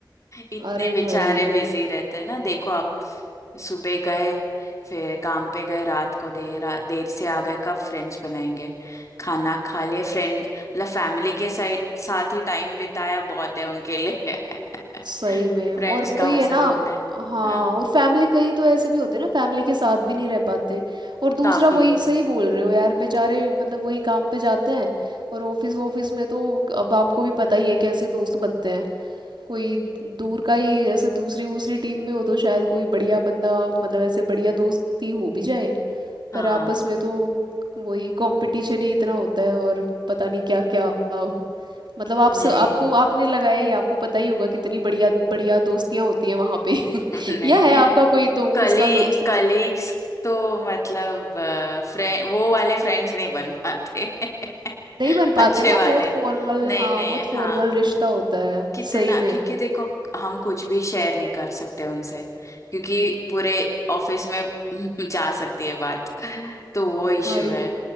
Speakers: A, on the left; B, on the right.
A: इतने
B: हूँ। अरे
A: बेचारे
B: भाई
A: बिजी रहते हैं ना देखो आप सुबह गए फिर काम पे गए रात को देर आ- देर से आ गए कब फ्रेंड्स बनाएंगे खाना खा लिए फ्रेंड्स मतलब फैमिली के साथ साथ ही टाइम बिताया बहुत है उनके लिए <laughs>
B: सही में
A: फ्रेंड्स
B: और वही
A: कहाँ
B: है
A: से
B: ना
A: ढूंढे
B: हाँ
A: हाँ
B: और फैमिली कई तो ऐसे भी होते हैं ना फैमिली के साथ भी नहीं रह पाते और दूसरा
A: काफी
B: वही सही बोल रहे हो यार बेचारे मतलब वही काम पे जाते हैं और ऑफिस ऑफिस में तो अब आपको भी पता ही है कैसे दोस्त बनते हैं कोई दूर का ही जैसे दूसरी दूसरी टीम में हो तो शायद कोई बढ़िया बंदा मतलब ऐसे बढ़िया दोस्ती हो भी जाए
A: हाँ
B: पर आपस में तो वही कंपटीशन ही इतना होता है और पता नहीं क्या क्या मतलब आप स,
A: नहीं
B: आपको आपने लगाया ही आपको पता ही होगा कितनी बढ़िया बढ़िया दोस्तियां होती हैं वहां पे <laughs>
A: <laughs> नहीं
B: या है आपका कोई दो ऑफिस
A: कली
B: का दोस्त ऐसे?
A: कलीग्स तो मतलब फ्रेंड वो वाले फ्रेंड्स नहीं बन पाते <laughs>
B: नहीं बन पाते
A: अच्छे
B: ना
A: वाले
B: बहुत फॉर्मल
A: नहीं
B: हाँ
A: नहीं
B: बहुत फॉर्मल
A: हाँ
B: रिश्ता होता है
A: कितना
B: सही
A: क्योंकि
B: में
A: देखो हम कुछ भी शेयर नहीं कर सकते उनसे क्योंकि पूरे ऑफिस में <laughs> जा सकती है बात तो वो इशू
B: भाई
A: है